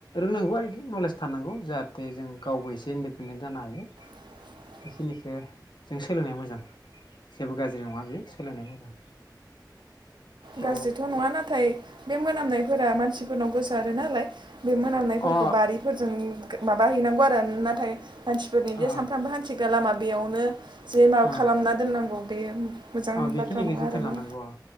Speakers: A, on the left (about 75°); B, on the right (about 85°).
A: रोंनांगौ आरोखि नलेज थानांगौ जाहाथे जों गावबो एसे इन्डिपेडेन जा नो हायो
B: <unintelligible>
A: खिनिखौ जों सोलोंनाया मोजां जेबो गाज्रि नङा बेयो सोलोंनाया मोजां थ'
B: गाज्रिथ' नङा नाथाय बे मोनाम मानसिफोरनाव गोसो आरो नालाय बे मोनामनायफोरखौ
A: अ
B: बारिफोरजों माबा हैनांगौ आरो नाथाय मानसिफोरनि बे
A: अ
B: सानफ्रामबो हान्थिग्रा लामा बेयावनो जे माबा
A: अ
B: खालामना दोननांगौ बे मोजां
A: अ बेखिनिखो
B: बाथ्रा नङा
A: जोथोन
B: आरोना
A: लानांगो अ